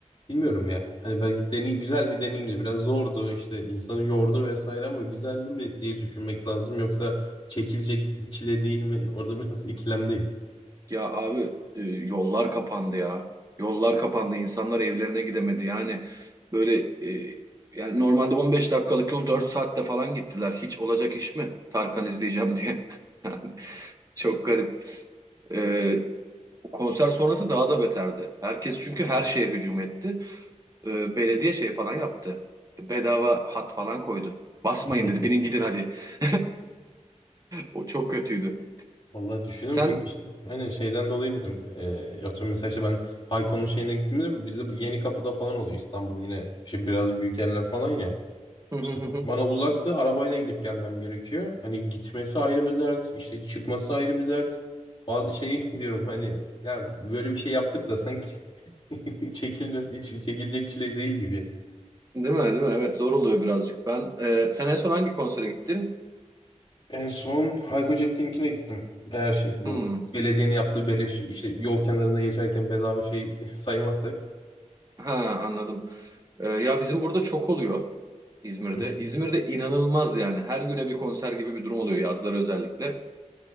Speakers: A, on the left (about 40°); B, on the right (about 30°).
A: Bilmiyorum ya. Hani belki deney güzel bir deneyimdi. Biraz zordu işte insanı yordu vesaire ama güzeldi mi diye düşünmek lazım. Yoksa çekilecek çile değil mi? <laughs> Orada biraz ikilemdeyim.
B: Ya abi e, yollar kapandı ya. Yollar kapandı. İnsanlar evlerine gidemedi. Yani böyle e, yani normalde 15 dakikalık yol 4 saatte falan gittiler. Hiç olacak iş mi? Tarkan izleyeceğim diye. <laughs> Çok garip. E, konser sonrası daha da beterdi. Herkes çünkü her şeye hücum etti. E, belediye şey falan yaptı. Bedava hat falan koydu. Basmayın
A: <laughs>
B: dedi. Binin gidin hadi. <laughs> O çok kötüydü.
A: Vallahi düşünüyorum
B: Sen
A: çünkü işte, hani şeyden dolayı dedim. Eee atıyorum mesela işte ben Hayko'nun şeyine gittiğimde bizde bu yeni kapıda falan oluyor İstanbul'da yine işte biraz büyük yerler falan ya.
B: <laughs> Değil
A: İşte bana uzaktı arabayla gidip gelmem gerekiyor. Hani gitmesi ayrı bir dert işte çıkması ayrı bir dert. Bazı şeyi <laughs> diyorum hani ya böyle bir şey yaptık da sanki <laughs> Çekilmesi, çekilecek çile değil gibi.
B: mi? Değil mi? Evet zor oluyor birazcık. Ben e, sen en son hangi konsere gittin?
A: En son Hayko Cepkin'inkine gittim. Her şey bu.
B: Hmm,
A: Belediyenin yaptığı beleş işte yol kenarında geçerken bedava şey <laughs> saymazsak.
B: ha anladım. Ee, ya bizim burada çok oluyor İzmir'de.
A: Hı hı,
B: İzmir'de inanılmaz yani. Her güne bir konser gibi bir durum oluyor yazları özellikle.